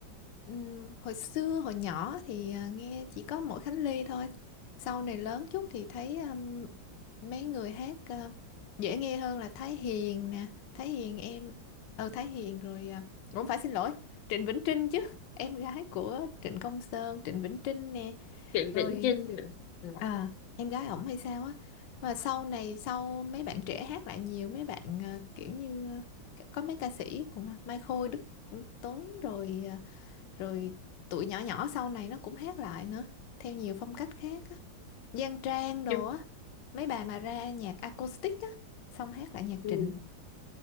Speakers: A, on the left (about 70°); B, on the left (about 85°).
A: Ừm, hồi xưa hồi nhỏ thì à, nghe chỉ có mỗi Khánh Ly thôi. Sau này lớn chút thì thấy um, mấy người hát à, dễ nghe hơn là Thái Hiền nè, Thái Hiền em ờ Thái Hiền rồi à, cũng phải xin lỗi, Trịnh Vĩnh Trinh chứ. <laughs> Em gái của Trịnh Công Sơn, Trịnh Vĩnh Trinh nè,
B: Trịnh
A: rồi
B: Vĩnh Chinh nữa. ừ.
A: à em gái ổng hay sao á. Và sau này sau mấy bạn trẻ hát lại nhiều mấy bạn à, kiểu như à, có mấy ca sĩ cũng Mai Khôi, Đức Tuấn rồi à, rồi tụi nhỏ nhỏ sau này nó cũng hát lại nữa theo nhiều phong cách khác á Giang Trang đồ
B: nhưng
A: á mấy bà mà ra nhạc acoustic á xong hát lại nhạc
B: ừ.
A: Trịnh